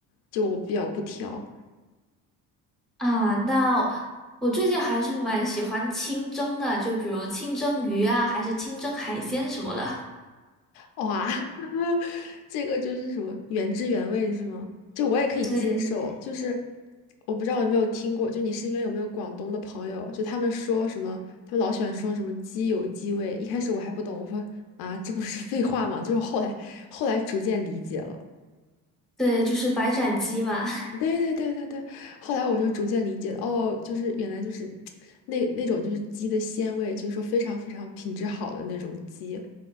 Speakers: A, on the left; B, in the centre.
A: 就我比较不挑。
B: 啊。那我最近还是蛮喜欢清蒸的，就比如清蒸鱼啊，还是清蒸海鲜什么的。
A: 哇，<laughs> 这个就是什么原汁原味是吗？就我也可以接受，
B: 对
A: 就是我不知道有没有听过，就你身边有没有广东的朋友，就他们说什么，他们老喜欢说什么鸡有鸡味。一开始我还不懂，我说啊，这不是废话吗？就是后来后来逐渐理解了。
B: 对，就是白斩鸡嘛，
A: 对对对对对，后来我就逐渐理解了，哦，就是原来就是那那种就是鸡的鲜味，就是说非常非常品质好的那种鸡，